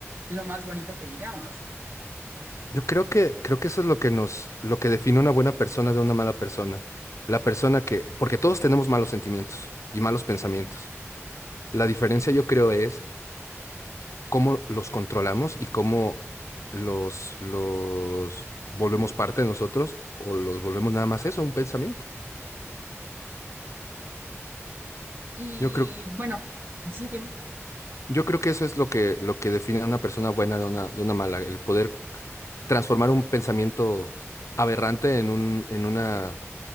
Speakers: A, on the right; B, on the left.
A: lo más bonito que digamos?
B: yo creo que, creo que eso es lo que nos, lo que define una buena persona de una mala persona. La persona que, porque todos tenemos malos sentimientos y malos pensamientos. La diferencia yo creo es cómo los controlamos y cómo los, los volvemos parte de nosotros o los volvemos nada más eso, un pensamiento.
A: Y
B: Yo creo,
A: bueno, sí, dime.
B: yo creo que eso es lo que, lo que define a una persona buena de una, de una mala, el poder transformar un pensamiento aberrante en un, en una